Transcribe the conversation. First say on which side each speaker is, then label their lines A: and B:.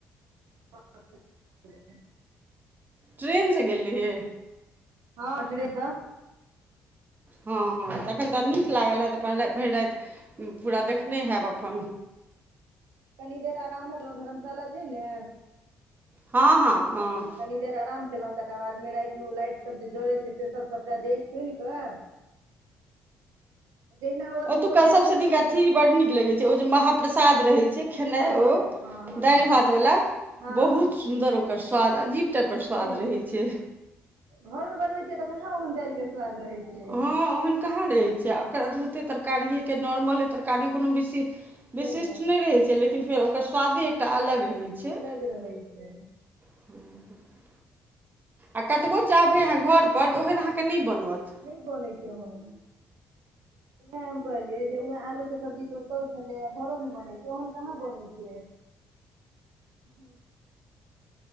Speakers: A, on the right; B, on the right.
A: <inaudible>
B: ट्रेनसँ गेल रहियै?
A: हँ ट्रे सं।
B: हँ हँ तखन तऽ नीक लागल हेत त अपन राति भरि राति पूरा देखने हैब अपन।
A: कनी देर आरामो केलहुं धर्मशाला छै ने।
B: हँ हँ। हँ
A: तैय मे कनि देर आराम केलहुं तकर बाद मे राति मे ओ लाइट सब जे जड़ै छै से सब सबटा देख सुन कऽ <inaudible> अथी
B: ओतुका
A: मोबाइल
B: सभसँ
A: मे नहि
B: नीक अथि बड् नीक लगैत छै ओ जे महाप्रसाद रहै छै खेनाइ
A: हँ
B: ओ
A: हँ हँ
B: दालि भातवला
A: हँ
B: बहुत सुन्दर ओकर स्वाद अजीब टाइपर स्वाद
A: तै ने
B: रहै छै।
A: घरमे बनबैत छियै तऽ कहाँ ओहन दालिके स्वाद रहै छै।
B: हँ ओहन कहाँ रहै छै आ ओकर अद्भुते तरकारिएके नॉर्मले तरकारी कोनो बिशे
A: तै
B: विशिष्ट
A: ने
B: नहि रहय छै लेकिन फेर ओकर स्वादे एकटा अलग रहै। छै आ
A: अलग रहै छै।
B: <inaudible> आ कतबो चाहबै अहाँ घरपर तऽ ओहन अहाँके नै बनत।
A: नैय बनै छै ओहन वैह कहलियै जे वैह आलू के सब्जी तऽ ओतौ छलै घरो मे बनै छै ओहन कहाँ बनै छै। हुँ